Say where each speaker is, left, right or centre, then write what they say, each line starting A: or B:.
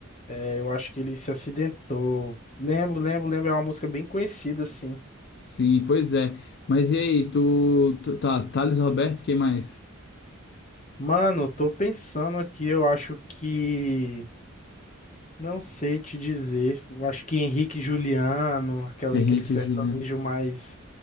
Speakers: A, on the left; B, on the left.
A: é, eu acho que ele se acidentou. Lembro, lembro, lembro. É uma música bem conhecida, assim.
B: Sim, pois é. Mas e aí, tu, tu tá, Thales Roberto, quem mais?
A: Mano, tô pensando aqui, eu acho que. Não sei te dizer. Eu acho que Henrique e Juliano, aquela,
B: Henrique
A: aquele sertanejo
B: e Juliano.
A: mais,